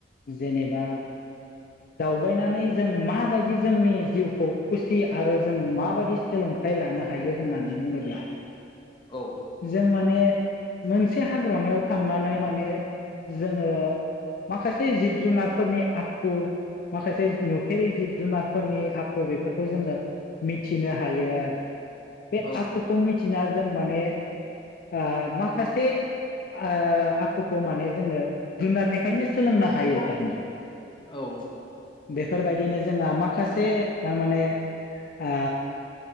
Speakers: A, on the left; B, on the left.
A: जेनेबा दावबायनानै जों माबायदि जोंनि जिउखौ खुसि आरो जों माबायदि सोलोंथाइ लानो हायो होननानै बुङोब्ला
B: औ
A: जों माने मोनसे हाग्रामायाव थांनानै माने जोङो माखासे जिब जुनारफोरनि आखु माखासे नुफेरि जिब जुनारफोरनि आखु बेफोरखौ जोङो मिथिनो हायो आरो बे
B: औ
A: आखुखौ मिथिना जों माने ओ माखासे ओ आखुखौ माने जोङो जुनारनिफ्रायनो सोलोंनो हायो थारमाने
B: औ
A: बेफोरबायदिनो जोंहा माखासे थारमाने आ